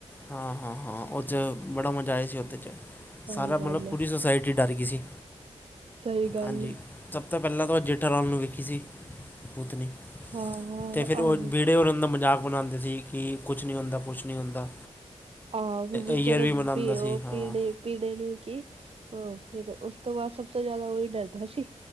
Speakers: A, on the left; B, on the right.
A: ਹਾਂ, ਹਾਂ, ਹਾਂ, ਉਹ ਚ, ਬੜਾ ਮਜ਼ਾ ਆਇਆ ਸੀ, ਉਹਦੇ 'ਚ
B: ਸਹੀ
A: ਸਾਰਾ ਮਤਲਬ,
B: ਗੱਲ
A: ਪੂਰੀ
B: ਹੈ
A: ਸੋਸਾਇਟੀ ਡਰ ਗਈ ਸੀ।
B: ਸਹੀ ਗੱਲ
A: ਹਾਂਜੀ
B: ਹੈ।
A: ਸਭ ਤੋਂ ਪਹਿਲਾਂ ਤਾਂ ਉਹ ਜੇਠਾ ਲਾਲ ਨੂੰ ਵੇਖੀ ਸੀ, ਭੁਤਨੀ
B: ਹਾਂ ਹਾਂ
A: ਅਤੇ ਫਿਰ ਉਹ
B: ਆਹੋ
A: ਬੀੜ ਬੇ ਉਹ ਦਾ ਮਜ਼ਾਕ ਬਣਾਦੇ ਸੀ, ਕਿ ਕੁਛ ਨਹੀਂ ਹੁੰਦਾ ਕੁਛ ਨਹੀਂ ਹੁੰਦਾ।
B: ਆਹੋ, ਵੀ ਜੇ
A: ਈਅਰ
B: ਜਦੋ
A: ਵੀ ਮਨਾਉਂਦਾ
B: ਉਹ
A: ਸੀ ਹਾਂ
B: ਪੀੜੇ, ਪੀੜੇ ਨੂੰ ਕੀ, ਉਹ ਫਿਰ ਉਸ ਤੋਂ ਬਾਅਦ ਸਭ ਤੋਂ ਜਿਆਦਾ ਉਹੀ ਡਰਦਾ ਸੀ।